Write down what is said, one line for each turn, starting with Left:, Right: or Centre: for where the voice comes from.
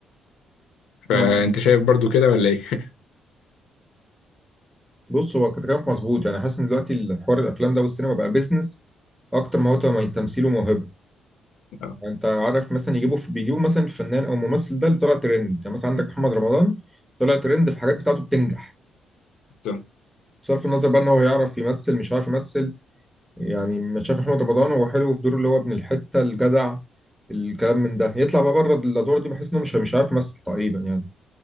Left: فأنت
Centre: ما...
Left: شايف برضو كده ولا إيه؟
Centre: بص هو كلامك مظبوط يعني حاسس ان دلوقتي الحوار الافلام ده والسينما بقى بيزنس اكتر ما هو تم- تمثيل وموهبه
Left: <laughs> اه
Centre: يعني انت عارف مثلا يجيبوا بيجيبوا مثلا الفنان او الممثل ده اللي طلع ترند يعني مثلا عندك محمد رمضان طلع ترند في حاجات بتاعته بتنجح
Left: بالظبط
Centre: بصرف النظر بقى ان هو يعرف يمثل مش عارف يمثل يعني ما شايف محمد رمضان هو حلو في دوره اللي هو ابن الحته الجدع الكلام من ده يطلع بقى بره الادوار دي بحس انه مش مش عارف يمثل تقريبا يعني